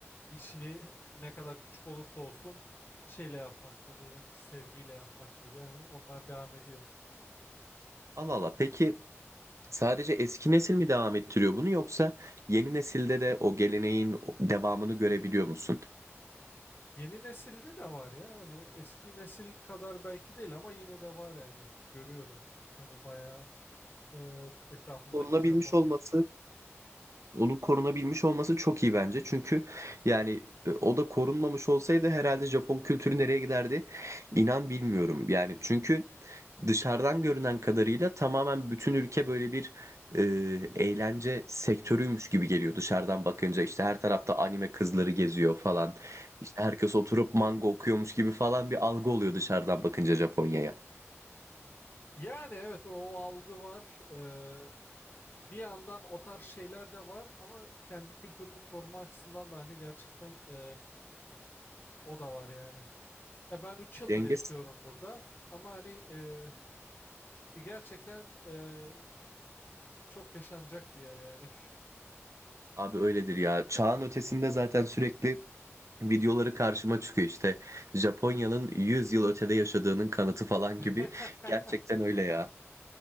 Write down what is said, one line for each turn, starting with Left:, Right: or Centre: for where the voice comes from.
Left: işini ne kadar küçük olursa olsun şeyle yapmak ne denir sevgiyle yapmak gibi hani onlar devam ediyor.
Right: Allah Allah. Peki sadece eski nesil mi devam ettiriyor bunu yoksa yeni nesilde de o geleneğin devamını görebiliyor musun?
Left: Yeni nesilde de var ya hani eski nesil kadar belki değil ama yine de var yani görüyorum. Hani bayağı e, etrafımdaki
Right: Korunabilmiş
Left: Japonlar.
Right: olması Onun korunabilmiş olması çok iyi bence. Çünkü yani e, o da korunmamış olsaydı herhalde Japon kültürü nereye giderdi? İnan bilmiyorum. Yani çünkü dışarıdan görünen kadarıyla tamamen bütün ülke böyle bir e, eğlence sektörüymüş gibi geliyor dışarıdan bakınca. İşte her tarafta anime kızları geziyor falan. İşte herkes oturup manga okuyormuş gibi falan bir algı oluyor dışarıdan bakınca Japonya'ya.
Left: Yani evet o o algı var. E, bir yandan o tarz şeyler de var ama kendi kültürünü koruma açısından da hani gerçekten e, o da var yani. Ya ben 3 yıldır
Right: Denge
Left: yaşıyorum burada ama hani e, gerçekten e, çok yaşanacak bir yer yani.
Right: Abi öyledir ya. Çağın ötesinde zaten sürekli videoları karşıma çıkıyor işte. Japonya'nın 100 yıl ötede yaşadığının kanıtı falan
Left: <laughs>
Right: gibi. Gerçekten öyle ya.